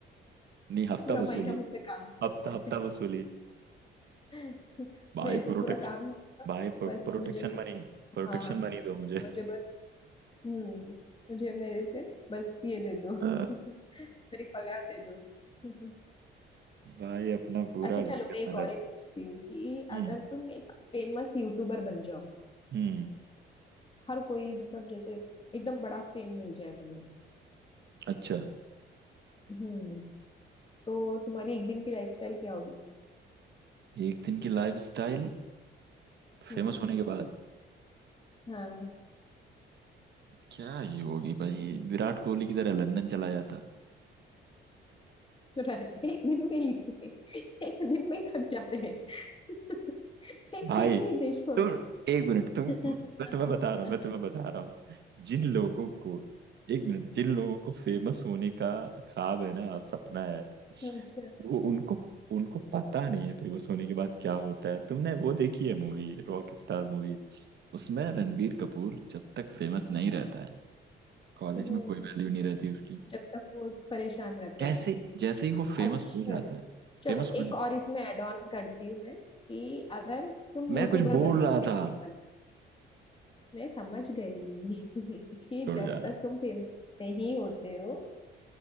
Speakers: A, on the right (about 60°); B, on the left (about 25°).
A: नहीं हफ्ता
B: पूरा महीना
A: वसूली
B: मुझसे काम नहीं
A: हफ्ता
B: होता
A: हफ्ता
B: है
A: वसूली
B: <laughs>
A: भाई
B: मेरे से
A: प्रोटेक्शन
B: पूरा काम नहीं होता
A: भाई प्रोटेक्शन
B: बस मुझे मेरी
A: मनी प्रोटेक्शन
B: हाँ
A: मनी दो मुझे
B: मुझे
A: <laughs>
B: बस हम्म मुझे मेरे से बस ये दे दो
A: आ,
B: <laughs> मेरी पगार दे दो <laughs>
A: भाई अपना पूरा
B: अच्छा चलो
A: जंगल
B: मैं एक
A: में
B: और
A: रख
B: एक पूछती हूँ कि
A: हम्म
B: अगर तुम एक फेमस यूट्यूबर बन जाओ
A: हम्म
B: हर कोई मतलब जैसे एकदम बड़ा फेम मिल जाए तुम्हें
A: अच्छा
B: हम्म तो तुम्हारी एक दिन की लाइफस्टाइल क्या
A: एक दिन की लाइफ स्टाइल
B: हम्म
A: फेमस होने के बाद
B: हाँ
A: क्या ही होगी भाई विराट कोहली की तरह लंदन चला जाता
B: तो राज- एक दिन में ही <laughs> एक दिन में ही थक जाते हैं <laughs> एक
A: भाई
B: दिन में ही देश छोड़ना
A: तुम एक मिनट तुम
B: है
A: मैं तुम्हें बता रहा हूँ मैं तुम्हें
B: <laughs>
A: बता रहा हूँ जिन लोगों को एक मिनट जिन लोगों को फेमस होने का ख्वाब है ना सपना है
B: अच्छा
A: वो उनको उनको पता नहीं है फेमस होने के बाद क्या होता है तुमने वो देखी है मूवी रॉक स्टार मूवी उसमें रणबीर कपूर जब तक फेमस नहीं रहता है कॉलेज
B: हम्म
A: में कोई वैल्यू नहीं रहती उसकी
B: जब तक वो परेशान रहता
A: कैसे
B: है
A: जैसे ही वो फेमस
B: अच्छा
A: हो जाता है
B: चलो
A: फेमस हो
B: एक और इसमें ऐड ऑन करती हूँ मैं कि अगर तुम यूट्यूबर
A: मैं कुछ बोल
B: बनते
A: रहा
B: सिंपल
A: था
B: मैं समझ गई <laughs> कि
A: छोड़ो
B: जब
A: जाना
B: तक तुम फेमस नहीं होते हो